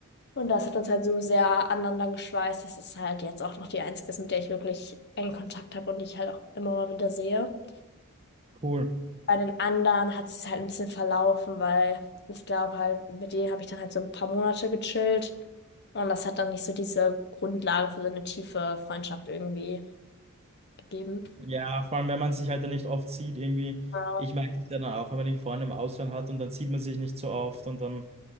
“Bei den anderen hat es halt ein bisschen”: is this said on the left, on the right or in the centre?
Left